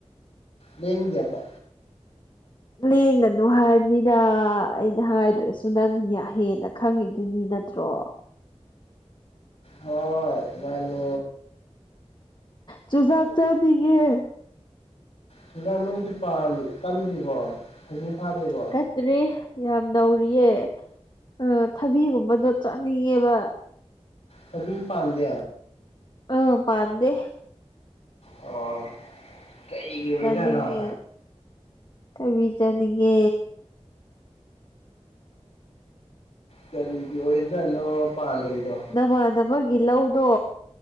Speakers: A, on the left; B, on the left.
A: ꯂꯦꯡꯗꯦꯕ
B: ꯂꯦꯡꯒꯅꯨ ꯍꯥꯏꯕꯅꯤꯗ ꯑꯩꯅ ꯍꯥꯏꯗ꯭ꯔꯁꯨ ꯅꯪ ꯌꯥꯍꯦꯟꯅ ꯈꯪꯉꯤꯗꯨꯅꯤ ꯅꯠꯇ꯭ꯔꯣ
A: ꯍꯣꯏ ꯃꯥꯅꯦ
B: ꯆꯨꯖꯥꯛ ꯆꯥꯅꯤꯡꯉꯦ
A: ꯆꯨꯖꯥꯛ ꯅꯣꯏꯒꯤ ꯀꯥꯟꯟ ꯄꯟꯗ꯭ꯔꯤꯕꯣ ꯍꯩꯖꯤꯡ ꯐꯥꯗꯔꯤꯕꯣ
B: ꯀꯥꯟꯗꯔꯤ ꯌꯥꯝ ꯅꯧꯔꯤꯌꯦ ꯑ ꯊꯕꯤꯒꯨꯝꯕꯗꯣ ꯆꯥꯅꯤꯡꯉꯦꯕ
A: ꯊꯕꯤ ꯄꯥꯟꯗꯦ
B: ꯑꯝ ꯄꯥꯟꯗꯦ
A: ꯑꯣ ꯀꯩꯒꯤ ꯑꯣꯏꯖꯥꯠꯅꯣ
B: ꯆꯥꯅꯤꯡꯉꯦ ꯊꯕꯤ ꯆꯥꯅꯤꯡꯉꯦ
A: ꯀꯔꯤꯒꯤ ꯑꯣꯏꯖꯥꯠꯅꯣ ꯄꯥꯟꯗꯔꯤꯗꯣ
B: ꯅꯃꯥꯟꯅꯒꯤ ꯂꯧꯗꯣ